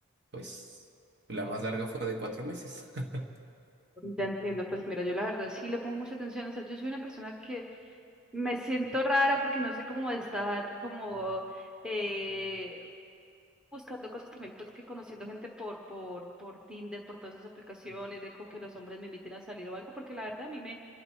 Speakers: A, on the right (about 50°); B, in the centre.
A: pues, la más larga fue de cuatro meses. <laughs>
B: Ya entiendo, pues mira, yo la verdad sí le pongo mucha atención. O sea, yo soy una persona que me siento rara porque no sé cómo estar como eh, buscando cosas también, pues que conociendo gente por, por, por Tinder, por todas esas aplicaciones, de como que los hombres me inviten a salir o algo, porque la verdad a mí me,